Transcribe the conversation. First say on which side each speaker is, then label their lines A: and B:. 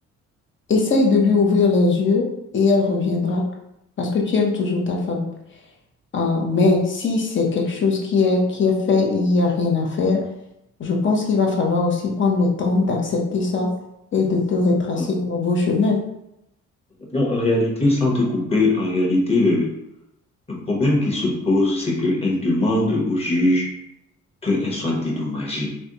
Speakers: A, on the left; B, on the left.
A: essaye de lui ouvrir les yeux et elle reviendra parce que tu aimes toujours ta femme. Euh, mais si c'est quelque chose qui est, qui est fait et il n'y a rien à faire, Je pense qu'il va falloir aussi prendre le temps d'accepter ça et de te retracer
B: mm.
A: un nouveau chemin.
B: Non, en réalité, sans te couper, en réalité, le, le problème qui se pose, c'est qu'elle demande au juge qu'elle soit dédommagée.